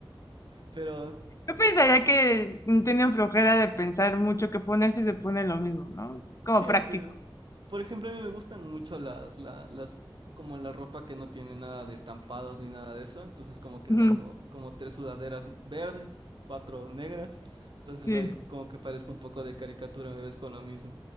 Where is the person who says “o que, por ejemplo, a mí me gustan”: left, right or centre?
Right